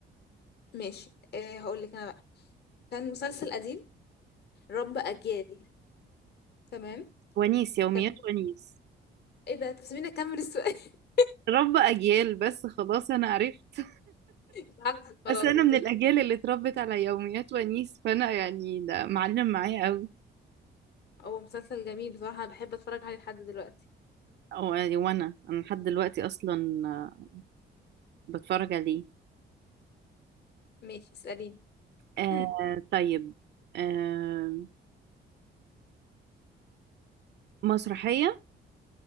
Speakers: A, on the left (about 55°); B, on the right (about 60°).
A: ماشي آه هقول لك انا بقى كان مسلسل قديم رب اجيال تمام
B: ونيس يوميات
A: كان
B: ونيس
A: ايه ده تسيبيني اكمل السؤال <laughs>
B: رب اجيال بس خلاص انا عرفت
A: مش عارفة خلاص
B: بس انا
A: انت
B: من
A: بتقولي
B: الاجيال اللي اتربت على يوميات ونيس فانا يعني ده معلم معايا قوي
A: هو مسلسل جميل بصراحة انا بحب اتفرج عليه لحد دلوقتي
B: أو يعني وانا انا لحد دلوقتي اصلا آه، بتفرج عليه
A: ماشي اسأليني <clears throat>
B: آه
A: هم.
B: طيب آه مسرحية